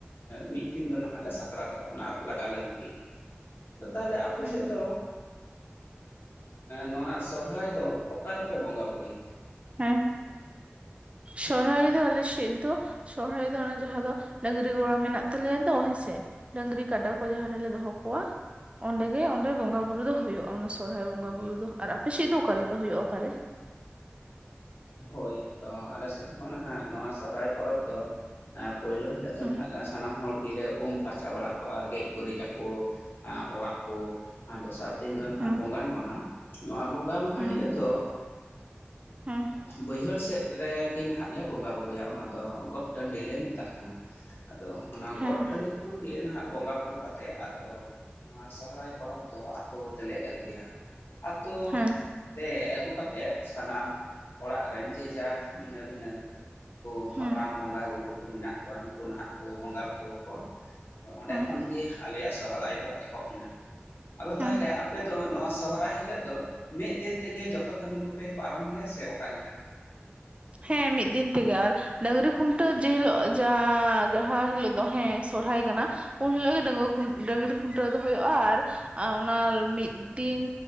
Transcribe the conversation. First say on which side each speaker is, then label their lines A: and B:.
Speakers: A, on the left; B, on the right.
A: ᱢᱤᱫ ᱫᱤᱱ ᱫᱚ ᱱᱟᱦᱟᱜ ᱞᱮ ᱥᱟᱠᱨᱟᱛᱚᱜᱼᱟ᱾ ᱚᱱᱟ ᱞᱟᱜᱟ ᱞᱟᱹᱜᱤᱫ ᱜᱮ᱾ ᱟᱫᱚ ᱛᱟᱦᱞᱮ, ᱟᱯᱮ
B: ᱦᱮᱸ
A: ᱥᱮᱫ ᱫᱚ? ᱱᱚᱣᱟ ᱥᱚᱦᱨᱟᱭ ᱫᱚ, ᱚᱠᱟ ᱨᱮᱯᱮ ᱵᱚᱸᱜᱟ ᱵᱩᱨᱩᱭ ᱛᱮ?
B: ᱦᱮᱸ, ᱥᱚᱨᱦᱟᱭ ᱫᱚ ᱟᱞᱮ ᱥᱮᱫ ᱫᱚ ᱥᱚᱨᱦᱟᱭ ᱫᱚ ᱚᱱᱮ ᱡᱟᱦᱟᱸ ᱫᱚ ᱰᱟᱹᱝᱨᱤ ᱜᱚᱲᱟ ᱢᱮᱱᱟᱜ ᱛᱟᱞᱮᱭᱟ ᱫᱚ ᱦᱮᱸ ᱥᱮ, ᱰᱟᱹᱝᱨᱤ ᱠᱟᱰᱟ ᱠᱚ ᱡᱟᱦᱟᱸ ᱨᱮᱞᱮ ᱫᱚᱦᱚ ᱠᱚᱣᱟ᱾ ᱚᱸᱰᱮᱜ ᱚᱸᱰᱮ ᱵᱚᱸᱜᱟ ᱵᱩᱨᱩ ᱫᱚ ᱦᱩᱭᱩᱜᱼᱟ᱾ ᱚᱱᱟ ᱥᱚᱨᱦᱟᱭ ᱵᱚᱸᱜᱟ ᱵᱩᱨᱩ ᱫᱚ ᱾ᱟᱨ ᱟᱯᱮ ᱥᱮᱫ ᱫᱚ ᱚᱠᱟᱮᱠᱟ ᱦᱩᱭᱩᱜᱼᱟ? ᱚᱠᱟᱨᱮ?
A: ᱦᱳᱭ, ᱟᱫᱚ ᱟᱞᱮ ᱥᱮᱫ, ᱦᱚᱸ ᱱᱟᱦᱟᱜ ᱱᱚᱣᱟ ᱥᱚᱦᱨᱟᱭ ᱯᱚᱨᱚᱵᱽ ᱫᱚ ᱯᱩᱭᱞᱳ ᱦᱤᱞᱳᱜ ᱫᱚ
B: ᱦᱩᱸ
A: ᱱᱟᱦᱟᱜ ᱫᱚ ᱥᱟᱱᱟᱢ ᱦᱚᱲ ᱜᱮᱞᱮ ᱩᱢ ᱯᱷᱟᱨᱪᱟ ᱵᱟᱲᱟ ᱠᱚᱜᱼᱟ ᱜᱮᱡ ᱜᱩᱨᱤᱡᱟᱠᱚ᱾ ᱚᱲᱟᱜ ᱠᱚ᱾ ᱟᱨ ᱫᱚᱥᱟᱨ ᱫᱤᱱ ᱫᱚ ᱱᱟᱦᱜ
B: ᱦᱩᱸ
A: ᱵᱚᱸᱜᱟᱱ ᱢᱟᱦᱟ᱾ ᱱᱚᱣᱟ ᱵᱚᱸᱜᱟ ᱢᱟᱦᱟ
B: ᱦᱩᱸ
A: ᱦᱤᱞᱳᱜ ᱫᱚ
B: ᱦᱩᱸ
A: ᱵᱟᱹᱭᱦᱟᱹᱲ ᱥᱮᱫ ᱨᱮᱜᱮ ᱱᱟᱦᱟᱜ ᱞᱮ ᱵᱚᱸᱜᱟ ᱵᱳᱩᱨᱩᱭᱟ ᱚᱱᱟᱫᱚ ᱜᱚᱴ ᱴᱟᱺᱰᱤ ᱞᱮ ᱢᱮᱛᱟᱜ ᱠᱟᱱᱟ᱾ ᱟᱫᱚ ᱚᱱᱟ
B: ᱦᱮᱸ
A: ᱜᱚᱴ ᱴᱟᱺᱰᱤ ᱠᱷᱚᱱ ᱜᱮ ᱦᱟᱜ ᱵᱚᱸᱜᱟ ᱵᱩᱨᱩ᱾ ᱠᱟᱛᱮ ᱛᱮ ᱟᱫᱚ ᱱᱚᱣᱟ ᱥᱚᱦᱨᱟᱭ ᱯᱚᱨᱚᱵᱽ ᱫᱚ ᱟᱛᱳ ᱛᱮᱞᱮ ᱟᱹᱜᱩᱭᱟ᱾ ᱟᱛᱳ
B: ᱦᱮᱸ
A: ᱛᱮ ᱟᱹᱜᱩ ᱠᱟᱛᱮ ᱥᱟᱱᱟᱢ ᱚᱲᱟᱜ ᱨᱮᱱ ᱡᱮᱡᱟᱨ ᱵᱷᱤᱱᱟᱹ ᱵᱷᱤᱱᱟᱹ ᱱᱠᱩ
B: ᱦᱮᱸ
A: ᱦᱟᱯᱲᱟᱢ ᱵᱚᱸᱜᱟ ᱵᱩᱨᱳ ᱠᱚ ᱢᱮᱱᱟᱜ ᱩᱱᱠᱩ ᱱᱟᱦᱟᱜ ᱠᱚ ᱵᱚᱸᱜᱟ ᱵᱩᱨᱩ ᱟᱠᱚᱣᱟ ᱟᱫᱚ ᱚᱸᱰᱮ
B: ᱦᱮᱸ
A: ᱠᱷᱚᱱ ᱜᱮ ᱟᱞᱮᱭᱟᱜ ᱥᱚᱦᱨᱟᱭ ᱫᱚ ᱮᱦᱚᱵ, ᱟᱫᱚ
B: ᱦᱮᱸ
A: ᱛᱟᱦᱚᱞᱮ ᱟᱯᱮ ᱫᱚ ᱱᱚᱣᱟ ᱥᱟ ᱥᱚᱦᱨᱟᱭ ᱦᱤᱞᱳᱜ ᱫᱚ ᱢᱤᱫ ᱫᱤᱱ ᱛᱮᱜᱮ ᱡᱚᱛᱚ ᱠᱟᱹᱢᱤ ᱠᱚᱯᱮ ᱯᱟᱨᱚᱢ ᱜᱮᱭᱟ ᱥᱮ ᱚᱠᱟᱞᱮᱠᱟ
B: ᱦᱮᱸ ᱢᱤᱫ ᱫᱤᱱ ᱛᱮᱜᱮ ᱟᱨ ᱰᱟᱹᱝᱨᱤ ᱠᱷᱩᱱᱴᱟᱹᱣ ᱡᱮ ᱦᱤᱞᱳᱜ ᱡᱟᱦᱟᱸ ᱡᱟᱸᱦᱟ ᱦᱤᱞᱳᱜ ᱫᱚ ᱦᱮ ᱥᱚᱨᱦᱟᱭ ᱠᱟᱱᱟ ᱩᱱ ᱦᱤᱞᱳᱜ ᱜᱮ ᱰᱟᱜᱩᱣᱟ. ᱰᱟᱝᱨᱤ ᱠᱷᱩᱱᱴᱟᱹᱣ ᱫᱚ ᱦᱩᱭᱩᱜᱼᱟ ᱟᱨ ᱟ ᱚᱱᱟ ᱢᱤᱫ ᱫᱤᱱ